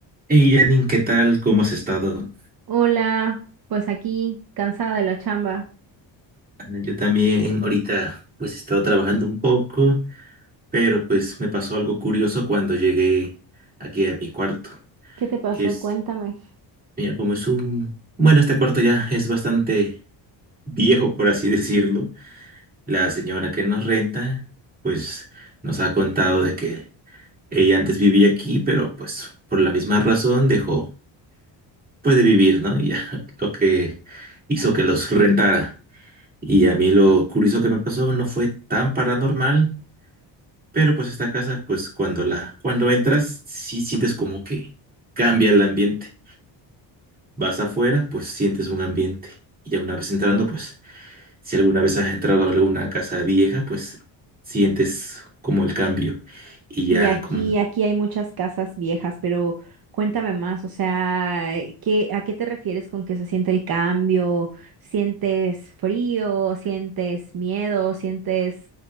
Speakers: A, on the right; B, on the right.
A: Hey Janin, ¿qué tal? ¿Cómo has estado?
B: Hola, pues aquí, cansada de la chamba.
A: Ah, Yo también ahorita pues he estado trabajando un poco, pero pues me pasó algo curioso cuando llegué aquí a mi cuarto.
B: ¿Qué te pasó?
A: Es,
B: Cuéntame.
A: mira, como es un... Bueno, este cuarto ya es bastante viejo, por así <laughs> decirlo. La señora que nos renta pues nos ha contado de que ella antes vivía aquí, pero pues por la misma razón dejó pues de vivir, ¿no? Y ya <laughs> lo que hizo que los rentara. Y a mí lo curioso que me pasó no fue tan paranormal, pero pues esta casa, pues cuando la, cuando entras, sí sientes como que cambia el ambiente. Vas afuera, pues sientes un ambiente. Y ya una vez entrando, pues si alguna vez has entrado a alguna casa vieja, pues sientes como el cambio. Y ya
B: Y aquí,
A: como,
B: aquí hay muchas casas viejas, pero cuéntame más, o sea, eh, ¿qué, a qué te refieres con que se siente el cambio? ¿Sientes frío? ¿Sientes miedo? ¿Sientes